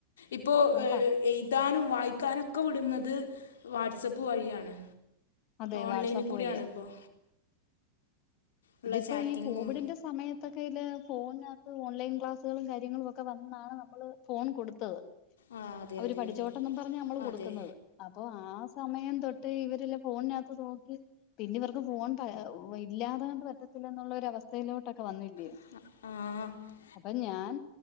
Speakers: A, on the left; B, on the left.
A: ഇപ്പോ
B: അതാപ്പ
A: ഹ് എഴ്താനും വായിക്കാനും ക്ക വിടുന്നത് വാട്സപ്പ് വഴിയാണ്
B: അതെ
A: ഓൺലൈനിൽ
B: വാട്സാപ്പ്
A: കൂടിയാണ്
B: വഴിയ
A: ഇപ്പോൾ ഉള്ള
B: ഇതിപ്പോ
A: ചാറ്റിങ്ങും
B: ഈ കോവിഡിന്റെ സ സമയത്തൊക്കയ്‌ല് ഫോൺണകത്ത് ഓൺലൈൻ ക്ലാസ്സുകളും കാര്യങ്ങളും ഒക്കെ വന്നാണ് നമ്മള് ഫോൺ കൊടുത്തത്
A: ആ അതെ
B: അവര്
A: അതെ
B: പഠിച്ചോട്ടുന്നും
A: അതെ
B: പറഞ്ഞ അമ്മള് കൊടുക്കുന്നത്
A: അതെ
B: അപ്പൊ ആ സമയം തൊട്ടേ ഇവരെല്ലം ഫോൺനകത്ത് നോക്കി പിന്നെ ഇവർക്ക് ഫോൺ പ ഇല്ലാദങ്ങട്ട് പറ്റത്തില്ലന്നുള്ള ഒരവസ്ഥയിലോട്ടൊക്കെ വന്നില്ല്യോ
A: ആഹ് ആഹ്
B: അപ്പം ഞാൻ